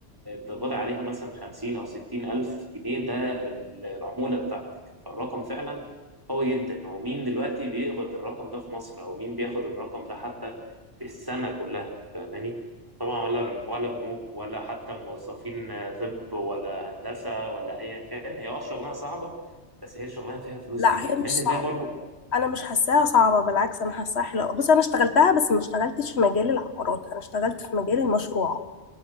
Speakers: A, on the right; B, on the left.
A: تقبضي عليها مثلا 50 أو 60 ألف جنيه ده ال- العمولة بتاعتك فالرقم فعلا قوي جدا ومين دلوقتي بيقبض الرقم ده في مصر أو مين بياخد الرقم ده حتى في السنة كلها فاهماني طبعا ولا ولا بنوك ولا حتى موظفين طب ولا هندسة ولا أيا كان هي أه شغلانة صعبة بس هي شغلانة فيها فلوس
B: لا
A: كتير
B: هي مش
A: فأنت
B: صعبة
A: زي برضه
B: أنا مش حاساها صعبة بالعكس أنا حاساها حلوة بص أنا اشتغلتها بس ما اشتغلتش في مجال العقارات أنا اشتغلت في مجال المشروعات